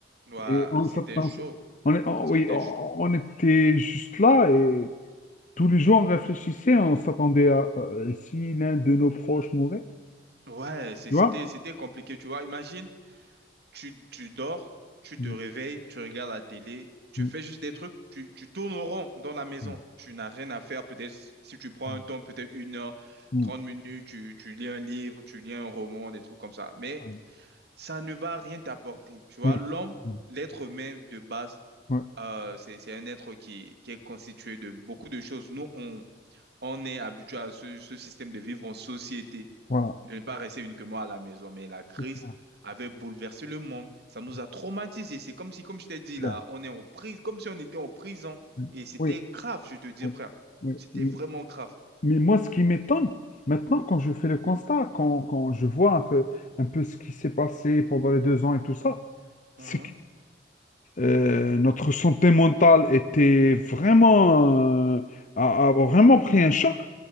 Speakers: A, on the right; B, on the left.
A: Ouais,
B: Et on,
A: c'était
B: s'att- on,
A: chaud.
B: s- on est- on-
A: C'était
B: oui, on,
A: chaud.
B: on était juste là et tous les jours on réfléchissait, on s'attendait à euh, si l'un de nos proches mourait,
A: Ouais, c'est-
B: tu
A: c'était,
B: vois?
A: c'était compliqué, tu vois. Imagine, tu, tu dors, tu
B: Mm,
A: te réveilles, tu regardes la télé, tu
B: mm,
A: fais juste des trucs, tu, tu tournes au rond dans la maison.
B: mm.
A: Tu n'as rien à faire. Peut-être si tu prends
B: Ah,
A: un temps, peut-être une heure,
B: mm,
A: 30 minutes, tu, tu lis un livre, tu lis un roman, des trucs comme ça. Mais
B: ah,
A: ça ne va rien t'apporter. Tu vois,
B: Oui,
A: l'homme,
B: mm,
A: l'être humain de base,
B: oui,
A: euh, c'est, c'est un être qui, qui est constitué de beaucoup de choses. Nous, on, on est habitué à ce, ce système de vivre en société,
B: voilà,
A: de ne pas rester uniquement à la maison. Mais la crise
B: c'est clair,
A: avait bouleversé le monde. Ça nous
B: c'est
A: a traumatisés. C'est comme si, comme je t'ai dit
B: clair.
A: là, on est en prise, comme si on était en prison.
B: Mm,
A: Et c'était
B: Oui,
A: grave, je te dis,
B: oui,
A: frère.
B: oui.
A: C'était
B: mm,
A: vraiment grave.
B: Mais moi, ce qui m'étonne, maintenant, quand je fais le constat, quand, quand je vois un peu, un peu ce qui s'est passé pendant les deux ans et tout ça, c'est
A: Mhm.
B: que euh, notre santé mentale était vraiment, euh, a, a vraiment pris un choc,